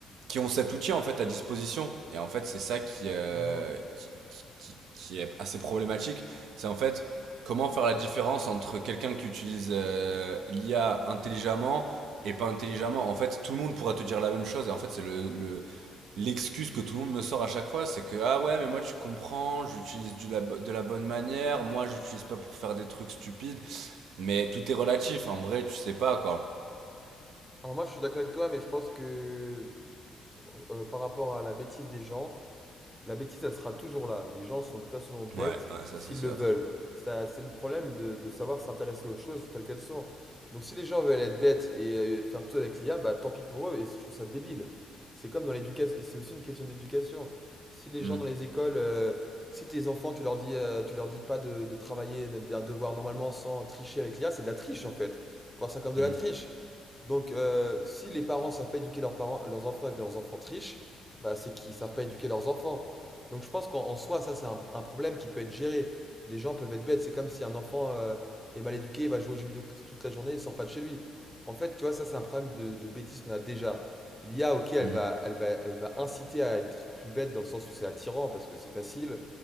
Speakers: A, on the right; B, in the centre.
A: qui ont cet outil en fait à disposition. Et en fait, c'est ça qui, euh,
B: Mhm.
A: qui, qui, qui- qui est assez problématique. C'est en fait comment faire la différence entre quelqu'un qui utilise euh, l'IA intelligemment et pas intelligemment. En fait, tout le monde pourra te dire la même chose. Et en fait, c'est le, le- l'excuse que tout le monde me sort à chaque fois. C'est que, ah ouais, mais moi tu comprends, j'utilise du la- de la bonne manière. Moi, j'utilise pas pour faire des trucs stupides. Mais tout est relatif. En vrai, tu sais pas quoi.
B: Alors moi, je suis d'accord avec toi, mais je pense que euh, par rapport à la bêtise des gens, La bêtise, elle sera toujours là. Les gens sont de toute façon bêtes
A: Ouais, ouais, ça
B: s'ils
A: c'est sûr.
B: le veulent. Ça, c'est le problème de, de savoir s'intéresser aux choses telles qu'elles sont. Donc si les gens veulent être bêtes et euh, faire tout avec l'IA, bah tant pis pour eux, et je trouve ça débile. C'est comme dans l'éducation, et c'est aussi une question d'éducation. Si les
A: Mm,
B: gens dans les écoles, euh, si tes enfants, tu leur dis, euh, tu leur dis pas de, de travailler d'un devoir normalement sans tricher avec l'IA, c'est de la triche en fait. Faut voir ça comme de
A: mm,
B: la triche. Donc, euh, si les parents savent pas éduquer leurs parents, leurs enfants et que leurs enfants trichent, bah, c'est qu'ils savent pas éduquer leurs enfants. Donc, je pense qu'en en soi, ça, c'est un, un problème qui peut être géré. Les gens peuvent être bêtes. C'est comme si un enfant euh, est mal éduqué, il va jouer aux jeux vidéo toute toute la journée et sort pas de chez lui. En fait, tu vois, ça, c'est un problème de, de bêtise qu'on a déjà. L'IA, ok, elle
A: mm,
B: va, elle va, elle va inciter à être plus bête dans le sens où c'est attirant parce que c'est facile.